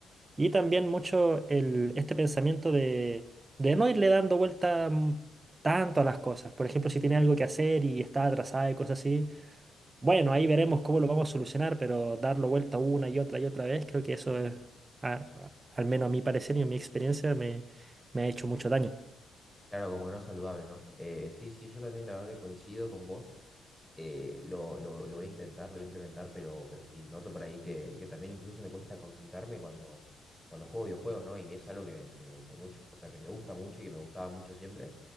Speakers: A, on the right; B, in the centre.
A: Y también mucho el, este pensamiento de, de no irle dando vuelta mm, tanto a las cosas. Por ejemplo, si tiene algo que hacer y está atrasada y cosas así, bueno, ahí veremos cómo lo vamos a solucionar, pero darlo vuelta una y otra y otra vez, creo que eso es, a- a- al menos a mi parecer y a mi experiencia, me, me ha hecho mucho daño.
B: Claro, como que no es saludable, ¿no? Eh, sí, sí, yo también la verdad que coincido con vos. eh, lo, lo- lo voy a intentar, lo voy a implementar, pero, pero sí, noto por ahí que, que también incluso me cuesta concentrarme cuando, cuando juego videojuegos, ¿no? Y es algo que, que me gustó mucho, o sea, que me gusta mucho y que me gustaba mucho siempre.